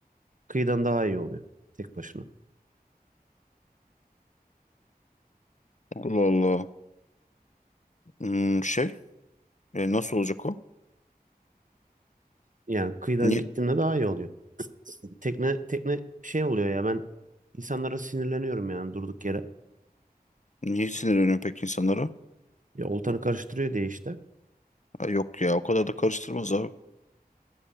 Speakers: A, on the right; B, on the left.
A: Kıyıdan daha iyi oluyor tek başına.
B: Allah Allah. Hmm, şey e, nasıl olacak o?
A: Yani kıyıdan
B: Niye,
A: gittiğimde daha iyi oluyor. Tekne tekne şey oluyor ya ben insanlara sinirleniyorum yani durduk yere.
B: niye sinirleniyorsun peki insanlara?
A: Ya oltanı karıştırıyor diye işte.
B: Ha, yok ya o kadar da karıştırmaz abi.